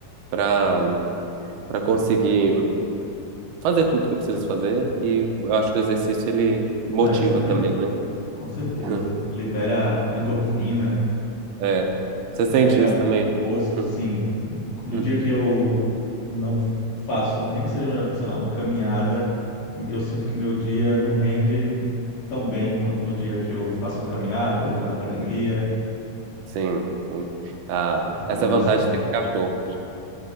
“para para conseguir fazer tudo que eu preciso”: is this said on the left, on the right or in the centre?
Right